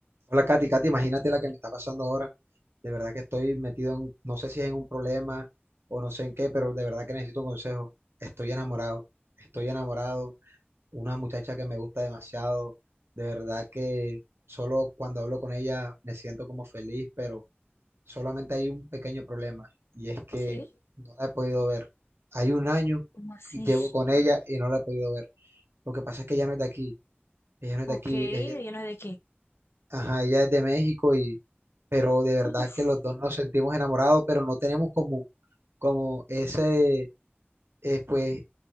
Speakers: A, on the right (about 80°); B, on the left (about 75°).
A: Hola, Katy. Katy, imagínate la que me está pasando ahora. De verdad que estoy metido en, no sé si es en un problema o no sé en qué, pero de verdad que necesito un consejo. Estoy enamorado, estoy enamorado. Una muchacha que me gusta demasiado. De verdad que solo cuando hablo con ella me siento como feliz, pero solamente hay un pequeño problema y es que
B: Sí,
A: no la he podido ver. Hay un año
B: ¿cómo así?
A: que llevo con ella y no la he podido ver. Lo que pasa es que ella no es de aquí. Ella no es
B: Ok,
A: de aquí.
B: ¿lleno
A: Ella
B: de qué?
A: ajá, ella es de México y, pero de verdad
B: Uf,
A: que los dos nos sentimos enamorados, pero no tenemos como, como ese, eh, pues,